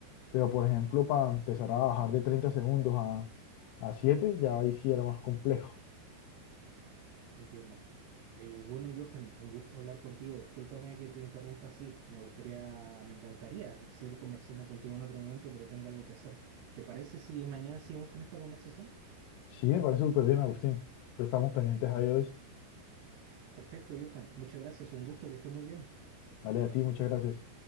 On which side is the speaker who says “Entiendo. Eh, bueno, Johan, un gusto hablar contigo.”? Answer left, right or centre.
Right